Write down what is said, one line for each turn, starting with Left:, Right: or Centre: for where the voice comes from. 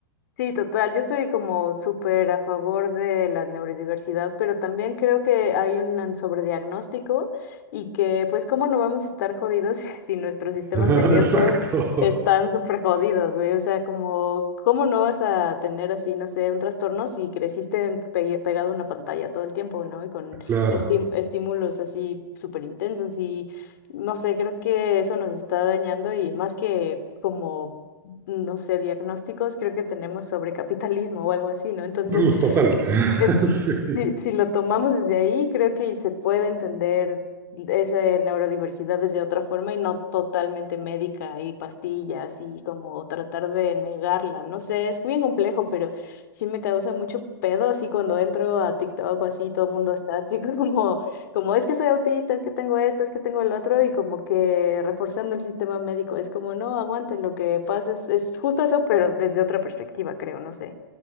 Left: Sí, total. Yo estoy como súper a favor de la neurodiversidad, pero también creo que hay un sobrediagnóstico y que pues cómo no vamos a estar jodidos <laughs> si, si nuestros sistemas
Right: <laughs> Exacto,
Left: nerviosos están súper jodidos, güey. O sea, como cómo no vas a tener así, no sé, un trastorno si creciste en- pe- pegado a una pantalla todo el tiempo, ¿no? Y con
Right: claro.
Left: esti- estímulos así súper intensos y no sé, creo que eso nos está dañando y más que... como no sé, diagnósticos creo que tenemos sobre capitalismo o algo así, ¿no? Entonces,
Right: Uh, Total. <laughs>
Left: eh,
Right: Sí.
Left: si, si lo tomamos desde ahí, creo que se puede entender esa neurodiversidad desde otra forma y no totalmente médica y pastillas y como tratar de negarla. No sé, es bien complejo, pero sí me causa mucho pedo así cuando entro a TikTok o así, todo el mundo está así <laughs> como, como es que soy autista, es que tengo esto, es que tengo el otro y como que reforzando el sistema médico. Es como, no, aguanten, lo que pasa es, es justo eso, pero desde otra perspectiva, creo, no sé.